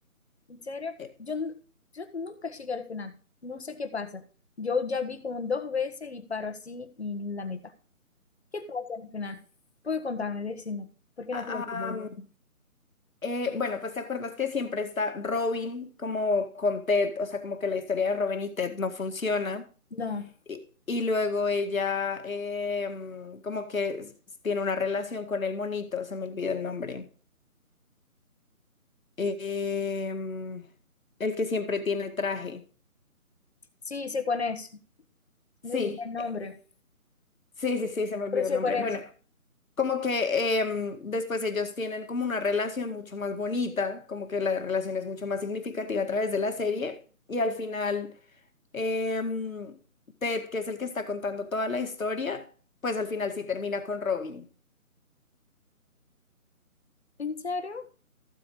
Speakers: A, on the left; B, on the left.
A: en serio,
B: Eh,
A: yo, n- yo nunca llegué al final, no sé qué pasa. Yo ya vi como dos veces y paro así en la mitad. ¿Qué pasa al final? Puedes contarme, decime, por qué
B: ah,
A: no creo que lo haya.
B: eh, bueno, pues te acuerdas que siempre está Robin como con Ted, o sea, como que la historia de Robin y Ted no funciona.
A: No,
B: Y, y luego ella em, como que s- tiene una relación con el monito, se me olvidó el nombre. Em, el que siempre tiene traje.
A: sí, sé cuál es,
B: Sí,
A: me olvidé el nombre,
B: eh, sí, sí, sí, se me olvidó
A: pero sé
B: el nombre.
A: cuál es.
B: Bueno, como que em, después ellos tienen como una relación mucho más bonita, como que la relación es mucho más significativa a través de la serie. Y al final, em, Ted, que es el que está contando toda la historia, pues al final sí termina con Robin.
A: ¿En serio?